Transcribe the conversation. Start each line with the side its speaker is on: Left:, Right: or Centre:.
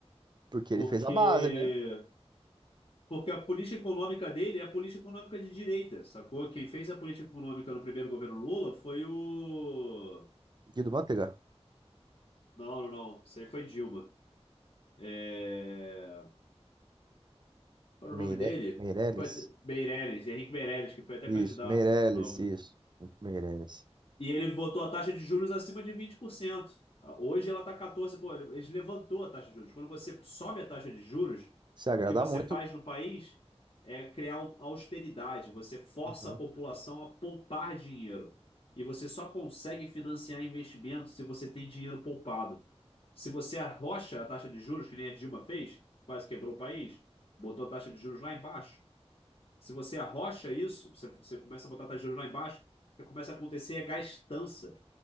Right: Porque ele
Left: Porque
Right: fez a base, né?
Left: porque a política econômica dele é a política econômica de direita, sacou? Quem fez a política econômica no primeiro governo Lula foi o...
Right: Guido Mantega.
Left: Não, não, não. Isso aí foi Dilma. É... Qual
Right: Meire...
Left: era o nome dele?
Right: Meirelles.
Left: Foi até- Meirelles, Henrique Meirelles, que foi até
Right: Isso,
Left: candidato
Right: Meirelles,
Left: de novo.
Right: isso. Meirelles.
Left: E ele botou a taxa de juros acima de 20%. Hoje ela está 14%. Pô, ele levantou a taxa de juros. Quando você sobe a taxa de juros,
Right: Se agrada
Left: o que você
Right: muito.
Left: faz no país é criar au- austeridade. Você força
Right: Uhum.
Left: a população a poupar dinheiro. E você só consegue financiar investimentos se você tem dinheiro poupado. Se você arrocha a taxa de juros, que nem a Dilma fez, quase quebrou o país, botou a taxa de juros lá embaixo. Se você arrocha isso, você, você começa a botar a taxa de juros lá embaixo, o que começa a acontecer é gastança.